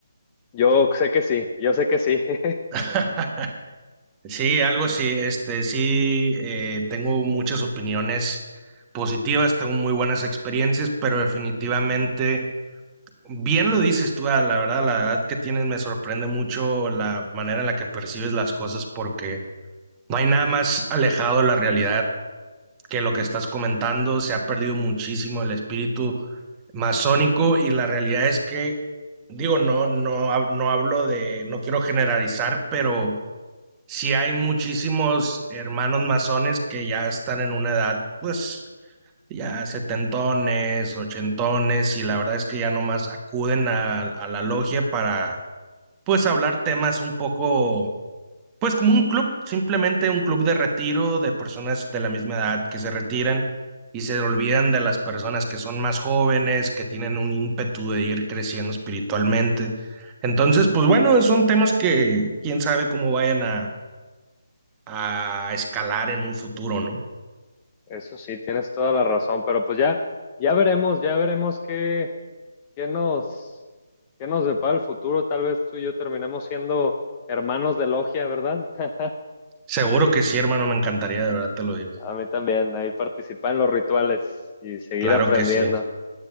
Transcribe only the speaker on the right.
<laughs> Sí, algo así, este, sí, eh, tengo muchas opiniones positivas, tengo muy buenas experiencias, pero definitivamente Bien lo dices tú, ah, la verdad, la edad que tienes me sorprende mucho la manera en la que percibes las cosas porque no hay nada más alejado de la realidad que lo que estás comentando. Se ha perdido muchísimo el espíritu masónico y la realidad es que, digo, no, no, hab- no hablo de, no quiero generalizar, pero sí hay muchísimos hermanos masones que ya están en una edad, pues ya setentones, ochentones, y la verdad es que ya nomás acuden a, a la logia para, pues, hablar temas un poco, pues, como un club, simplemente un club de retiro de personas de la misma edad que se retiran y se olvidan de las personas que son más jóvenes, que tienen un ímpetu de ir creciendo espiritualmente. Entonces, pues bueno, son temas que quién sabe cómo vayan a, a escalar en un futuro, ¿no?
Seguro que sí, hermano, me encantaría, de verdad te lo digo.
Claro
que sí,